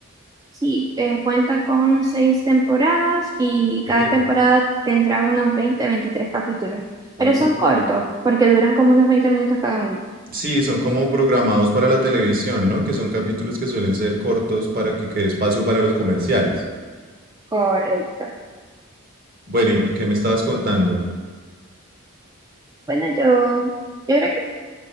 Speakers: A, on the right; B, on the right.
A: sí, eh, cuenta con seis temporadas y cada
B: Ok.
A: temporada tendrá unos 20 23 capítulos, pero
B: Uy,
A: son cortos, porque duran como unos 20 minutos cada uno.
B: Sí, son como programados para la televisión, ¿no? Que son capítulos que suelen ser cortos para que quede espacio para los comerciales.
A: Correcto.
B: Bueno, ¿y y qué me estabas contando?
A: Bueno, yo, yo creo que